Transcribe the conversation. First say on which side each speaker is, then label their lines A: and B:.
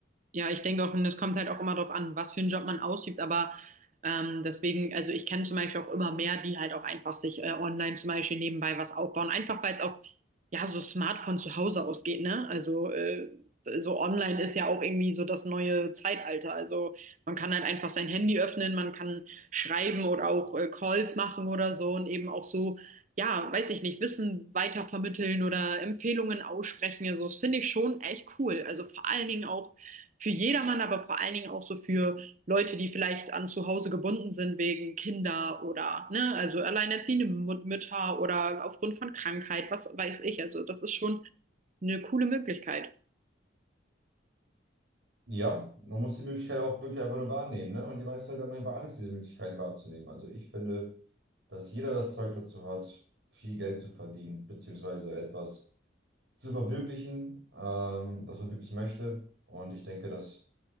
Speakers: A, on the right; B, on the right.
A: Ja, ich denke auch, und es kommt halt auch immer darauf an, was für einen Job man ausübt, aber ähm, deswegen, also ich kenne zum Beispiel auch immer mehr, die halt auch einfach sich äh, online zum Beispiel nebenbei was aufbauen, einfach weil es auch ja so smart von zu Hause aus geht, ne? Also äh, so online ist ja auch irgendwie so das neue Zeitalter. Also man kann halt einfach sein Handy öffnen, man kann schreiben oder auch äh, Calls machen oder so und eben auch so, ja, weiß ich nicht, Wissen weitervermitteln oder Empfehlungen aussprechen. Also das finde ich schon echt cool. Also vor allen Dingen auch für jedermann, aber vor allen Dingen auch so für Leute, die vielleicht an zu Hause gebunden sind wegen Kinder oder, ne, also alleinerziehende Mü- Mütter oder aufgrund von Krankheit, was weiß ich. Also das ist schon eine coole Möglichkeit.
B: Ja, man muss die Möglichkeit auch wirklich einfach nur wahrnehmen, ne? Und die meisten Leute haben einfach Angst, diese Möglichkeiten wahrzunehmen. Also ich finde, dass jeder das Zeug dazu hat, viel Geld zu verdienen, beziehungsweise etwas zu verwirklichen, ähm, das man wirklich möchte. Und ich denke, dass